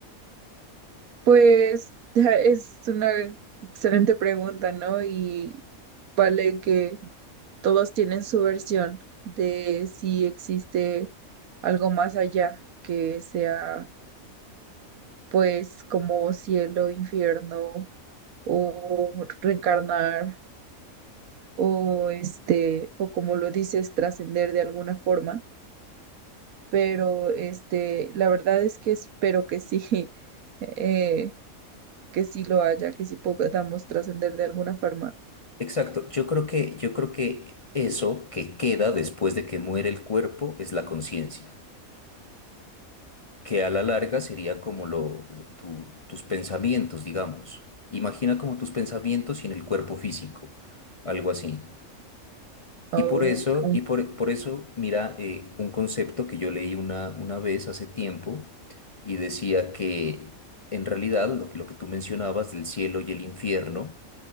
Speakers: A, on the right (about 80°); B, on the left (about 50°).
A: Pues <laughs> es una excelente pregunta, ¿no? Y vale que todos tienen su versión de si existe algo más allá que sea, pues, como cielo, infierno o reencarnar o este, o como lo dices, trascender de alguna forma. Pero este, la verdad es que espero que sí, <laughs> eh, que sí lo haya, que sí podamos trascender de alguna forma
B: Exacto, yo creo que, yo creo que eso que queda después de que muere el cuerpo es la conciencia, que a la larga sería como lo, tu- tus pensamientos, digamos. Imagina como tus pensamientos sin el cuerpo físico, algo así.
A: Ok,
B: Y por eso, y por, por eso, mira, eh, un concepto que yo leí una, una vez hace tiempo y decía que en realidad lo, que- lo que tú mencionabas del cielo y el infierno,